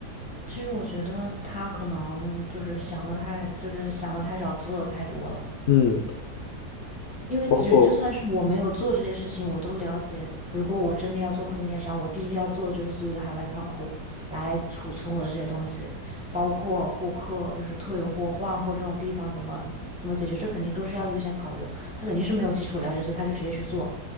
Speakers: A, in the centre; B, on the left.
A: 其实我觉得他可能就是想的太，就是想的太少，做的太多了。
B: 嗯，
A: 因为其实就算是我没有做这些事情，
B: 包括
A: 我都了解。如果我真的要做跨境电商，我第一个要做的就是租一个海外仓库来储存我的这些东西，包括顾客就是退货、换货这种地方怎么怎么解决，这肯定都是要优先考虑的。他肯定是没有基础了解，所以他就直接去做，